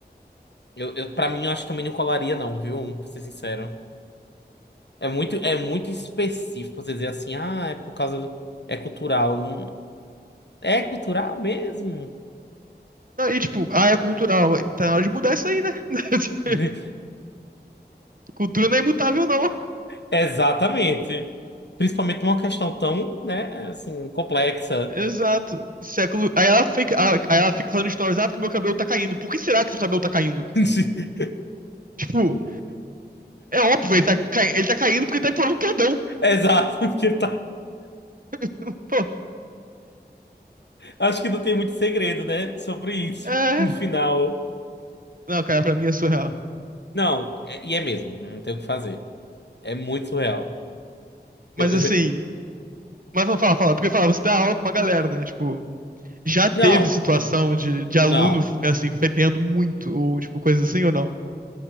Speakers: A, on the left; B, on the right.
A: eu, eu para mim eu acho que também não colaria não, viu? Pra ser sincero. É muito é muito específico você dizer assim, ah, é por causa do- é cultural. Hum, É cultural mesmo?
B: Não, e tipo, ah, é cultural. Tá na hora de mudar isso aí, né? <laughs>
A: <laughs>
B: Cultura não é imutável, não.
A: Exatamente. Principalmente uma questão tão, né, assim, complexa.
B: Exato. Século. Aí ela fica, ah, aí ela fica falando stories, ah, porque meu cabelo tá caindo. Por que será que seu cabelo tá caindo?
A: <laughs>
B: Tipo, é óbvio, ele tá, cai... ele tá caindo porque ele tá implorando perdão.
A: Exato, porque tá,
B: <laughs> Pô.
A: acho que não tem muito segredo, né, sobre isso
B: É.
A: no final.
B: Não, cara, pra mim é surreal.
A: Não, é- e é mesmo, não tem o que fazer. É muito surreal.
B: Mas
A: Eu-
B: assim, mas fala, fala, fala, porque fala, você dá aula pra uma galera,
A: <laughs>
B: né? Tipo, já teve
A: não,
B: situação
A: tu-
B: de, de
A: não.
B: aluno, assim, fedendo muito, ou tipo, coisa assim, ou não?